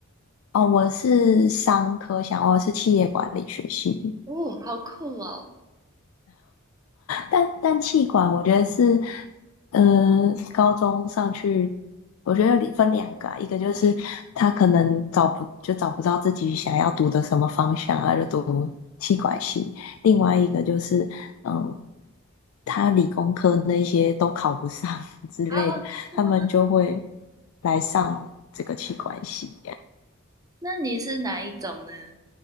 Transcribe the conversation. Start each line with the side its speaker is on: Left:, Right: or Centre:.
Left: 哦，我是商科想我是企业管理学系，
Right: 哦，好酷哦！
Left: 但但企管我觉得是，呃，高中上去，我觉得里分两个啊，一个就是他可能找不就找不到自己想要读的什么方向啊，就读气管系，另外一个就是，嗯，他理工科那些都考不上 <laughs> 之类的，
Right: 啊，是吗？
Left: 他们就会来上这个企管系
Right: 那你是哪一种呢？